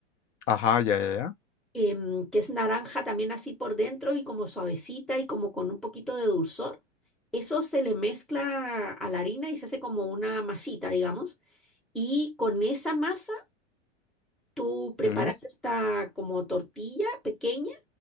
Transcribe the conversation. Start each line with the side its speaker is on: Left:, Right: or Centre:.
Left: Ajá, ya, ya, ya.
Centre: em, que es naranja también así por dentro y como suavecita y como con un poquito de dulzor. Eso se le mezcla a la harina y se hace como una masita, digamos. Y con esa masa tú preparas
Left: Ujú,
Centre: esta como tortilla pequeña